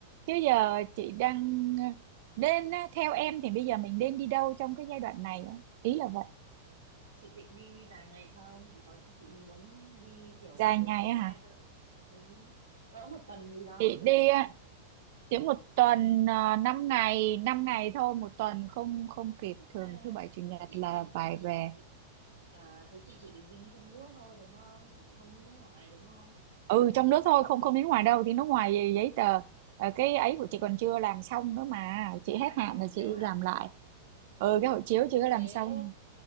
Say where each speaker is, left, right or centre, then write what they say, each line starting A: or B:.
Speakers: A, on the right; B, on the right.
A: chứ giờ chị đang ờ, nên á, theo em thì bây giờ mình nên đi đâu trong cái giai đoạn này á? ý là vậy
B: chị định đi dài ngày không? Chị có chị muốn đi kiểu
A: dài
B: nhiều
A: ngày
B: thời
A: á
B: gian
A: hả
B: hơn không? Ừ, cỡ một tuần gì đó.
A: chị đi ờ, chỉ một tuần uh, 5 ngày 5 ngày thôi một tuần không không kịp
B: À,
A: thường thứ bảy chủ nhật
B: chị
A: là
B: chị
A: phải
B: chị chị
A: về
B: chị- à, thế chị chị định đi trong nước thôi đúng không? Chị chị không đi nước ngoài đúng không?
A: ừ trong nước thôi không không đến ngoài đâu thì nước ngoài gì giấy tờ Ờ, cái ấy của chị còn chưa làm xong nữa mà chị
B: <laughs>
A: hết hạn
B: hộ
A: là chị
B: chiếu à?
A: làm lại
B: Ờ.
A: ừ cái hộ chiếu chưa có
B: thế
A: làm xong